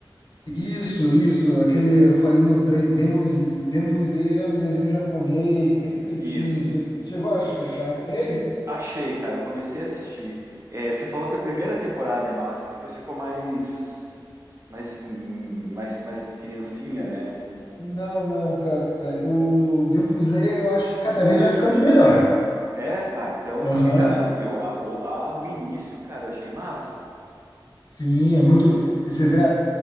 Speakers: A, on the left; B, on the right.
A: Isso, isso, aquele, eu falei no Da- Demon, Sl- Demon Slayer é um desenho japonês, bem feitinho.
B: Isso.
A: Você chegou a ach- achar ele?
B: Achei, cara, comecei a assistir. É, você falou que a primeira temporada é massa, que depois ficou mais, mais, hum, mais, mais criancinha, né?
A: Não, não, cara. O Demon Slayer eu acho que cada vez vai ficando melhor.
B: É, ah, então,
A: Aham.
B: porque, cara, eu, a, o, a- o início, cara, eu achei massa.
A: Sim, é muito. E você vê a,